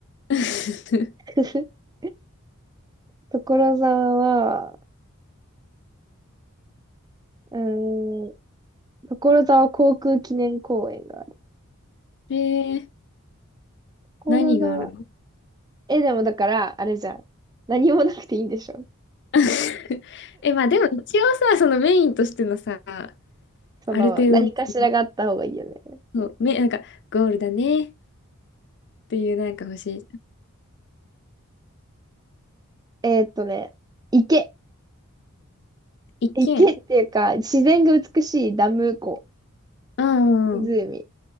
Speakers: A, on the left; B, on the right.
A: <laughs>
B: <laughs> 所沢は、うーん、所沢航空記念公園がある。
A: えー、
B: 所沢。
A: 何があるの
B: え、でもだから、あれじゃん。何もなくていいんでしょ
A: <laughs> え、まあでも一応さ、そのメインとしてのさ、あ
B: その、
A: る程度の、
B: 何かしらがあった方がいいよね。
A: そのそう、め、なんか、ゴールだねっていうなんか欲しい。
B: えーっとね、池。
A: 一軒。
B: 池っていうか、自然が美しいダム湖、
A: うんうん。
B: 湖